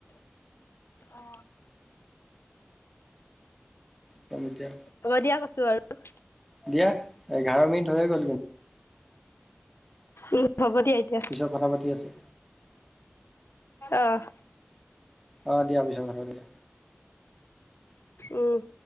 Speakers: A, on the left; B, in the centre.
A: অ
B: কম এতিয়া
A: হ'ব দিয়া কৈছোঁ আৰু
B: দিয়া এঘাৰ মিনিট হৈ গ'ল কিন্তু
A: উম হ'ব দিয়া এতিয়া,
B: পিছত কথা পাতি আছোঁ
A: অহ
B: অ দিয়া পিছত কথা পাতিম
A: উম